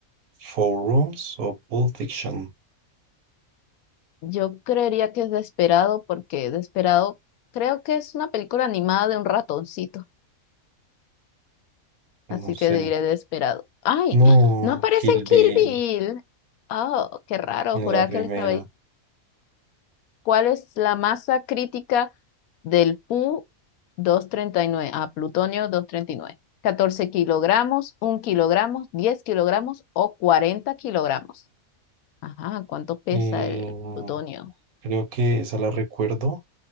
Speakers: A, on the right; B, on the left.
A: Four Rooms o Pulp Fiction.
B: Yo creería que es Desperado porque Desperado creo que es una película animada de un ratoncito, así
A: No
B: que
A: sé.
B: diré Desperado. ¡Ay!
A: No,
B: ¡Ah! No aparece
A: Kill
B: en Kill
A: Bill
B: Bill. Oh, qué raro,
A: en
B: juraba
A: la primera.
B: que él estaba ahí. ¿Cuál es la masa crítica del Pu doscientos treinta y nueve Ah, plutonio doscientos treinta y nueve catorce kilogramos, un kilogramo, 10 kilogramos o 40 kilogramos. Ajá, ¿cuánto pesa
A: Eh,
B: el plutonio?
A: creo que esa la recuerdo.